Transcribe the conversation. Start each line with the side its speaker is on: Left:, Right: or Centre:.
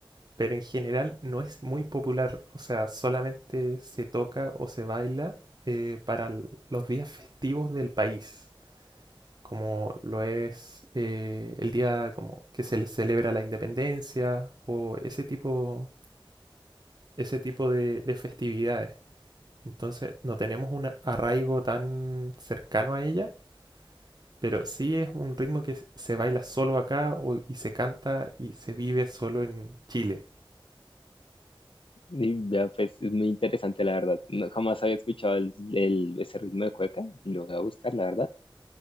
Right: pero en general no es muy popular, o sea, solamente se toca o se baila eh, para l- los días festivos del país. como lo es eh, el día como que se le celebra la independencia o ese tipo, ese tipo de, de festividades. Entonces no tenemos un arraigo tan cercano a ella, pero sí es un ritmo que se baila solo acá o- y se canta y se vive solo en Chile.
Left: Y ya, pues es muy interesante, la verdad. No, jamás había escuchado el, el- ese ritmo de cueca, y lo voy a buscar, la verdad.